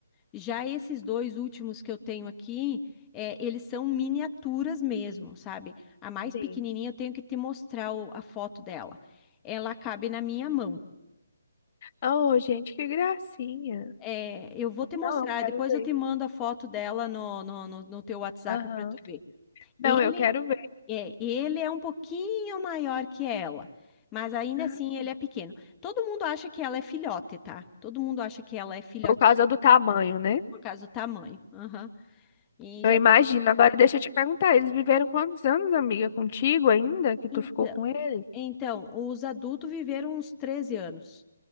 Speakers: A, on the left; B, on the left.
A: Já esses dois últimos que eu tenho aqui, é, eles são miniaturas mesmo, sabe? A mais
B: Sim.
A: pequenininha eu tenho que te mostrar o- a foto dela. Ela cabe na minha mão.
B: Oh, gente, que gracinha.
A: É, eu vou te mostrar,
B: Não, eu quero
A: depois
B: ver.
A: eu te mando a foto dela no, no, no, no teu WhatsApp
B: Aham.
A: para tu ver.
B: Não,
A: Ele
B: eu quero
A: É, e ele é um pouquinho maior que ela, mas ainda
B: ver.
A: assim ele é pequeno. Todo mundo acha que ela é filhote, tá? Todo mundo acha que ela é filhote
B: Por causa do tamanho, né?
A: por causa do tamanho. Aham. E já
B: Eu imagino. Agora deixa eu te perguntar, eles viveram quantos anos, amiga, contigo ainda que
A: então,
B: tu ficou com eles?
A: então, os adultos viveram uns 13 anos.